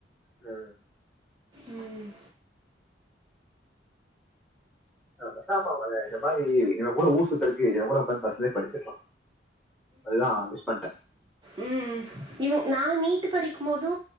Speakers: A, in the centre; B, on the right.
A: அ
B: ம்
A: ஆ பெசாம அவங்க இந்த மாரி இவ கூட ஊர் சுத்துறக்கு இவ கூட உக்காந்து ஃபஸ்லே படிச்சுருக்லா அதுதா மிஸ் பண்ட்டே
B: ம் இவ நா நீட்டு படிக்கும் போது